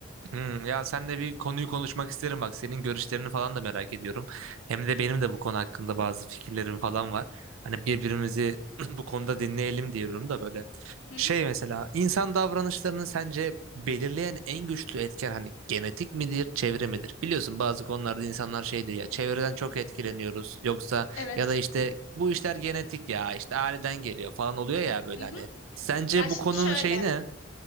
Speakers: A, on the right; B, on the left.
A: Hmm, ya senle bir konuyu konuşmak isterim bak. Senin görüşlerini falan da merak ediyorum. Hem de benim de bu konu hakkında bazı fikirlerim falan var. Hani birbirimizi <clears throat> bu konuda dinleyelim diyorum da böyle.
B: Hı hı.
A: Şey mesela insan davranışlarını sence belirleyen en güçlü etken hani genetik midir, çevre midir? Biliyorsun bazı konularda insanlar şey diyor ya çevreden çok etkileniyoruz yoksa
B: Evet.
A: ya da işte bu işler genetik ya işte aileden geliyor falan oluyor ya böyle
B: Hı hı.
A: hani. Sence
B: Ya şimdi
A: bu konunun
B: şöyle.
A: şeyi ne?